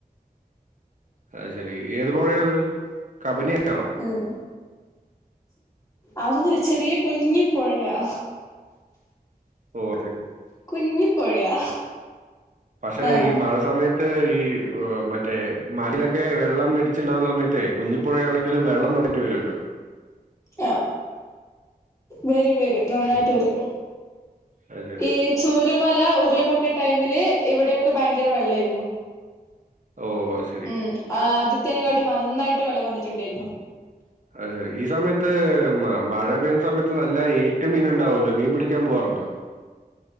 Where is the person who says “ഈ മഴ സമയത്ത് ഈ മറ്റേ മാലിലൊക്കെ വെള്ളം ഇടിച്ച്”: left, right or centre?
Right